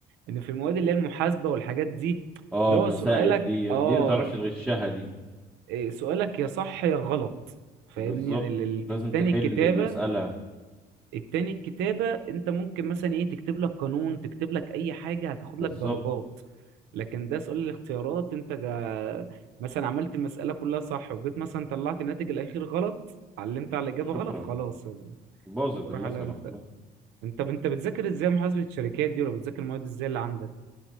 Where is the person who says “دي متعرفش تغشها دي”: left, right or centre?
Centre